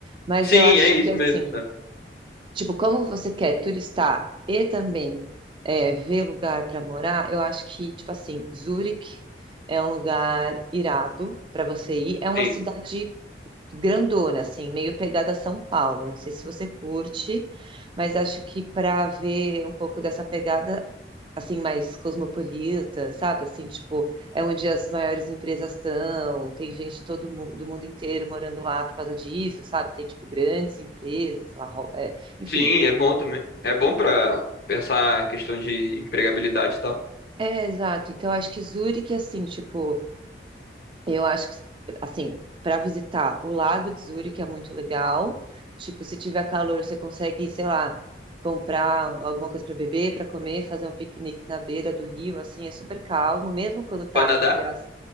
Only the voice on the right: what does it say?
Mas
eu acho
que assim.
Tipo, como você quer turistar e também é, ver lugar para morar, eu acho que, tipo assim, Zurich é um lugar irado para você ir. É uma
cidade grandona, assim, meio pegada São Paulo. Não sei se você curte, mas acho que para ver um pouco dessa pegada, assim, mais cosmopolita, sabe? Assim, tipo, é onde as maiores empresas estão, tem gente todo mu- do mundo inteiro morando lá por causa disso, sabe? Tem, tipo, grandes empresas, sei lá, Ro- é, enfim.
É, exato. Então, acho que Zurique, assim, tipo. Eu acho que, assim, para visitar o Lago de Zurich é muito legal. Tipo, se tiver calor, você consegue, sei lá, comprar alguma coisa para beber, para comer, fazer um piquenique na beira do rio, assim, é super calmo, mesmo quando tá
entre as.